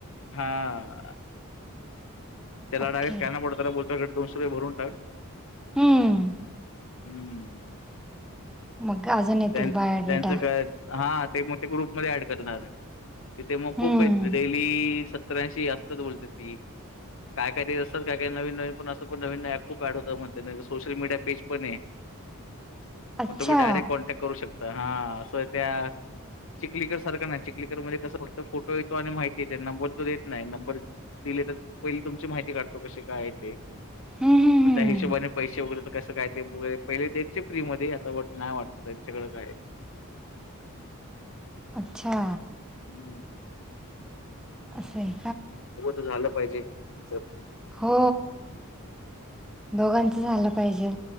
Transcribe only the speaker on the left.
हा त्याला
डायरेक्ट स्कॅनर पाठव बोल च्याकडे दोनशे भरून टाक
हम्म
त्यां
त्यांचं काय हा ते मोठे ग्रुपमध्ये ऍड करणार तिथे मग खूप
येतो डेली त्र्याऐंशीअसतात बोलते ती काय काय दि असतात काय काय नवीन नवीन पण असं पण नवीन ऍप खूप ऍड होतं मच सोशल मीडिया पेज पण आहे
मग तुम्ही डायरेक्ट कॉन्टॅक्ट करू शकता हा असं त्या चिखलीकर सारखं ना चिखलीकर मध्ये कस फक्त फोटो येतो आणि माहिती येते नंबर तो देत नाही नंबर दिले तर पहिली तुमची माहिती काढतो कशी काय ते
म
त्या हिशोबाने पैसे वगैरे कसं काय तेैर पहिले देतचे फ्री मध्ये आता नाही वाटत <unintelligible>
हम
हो आत्ता झालं पाहिजे त्यांचं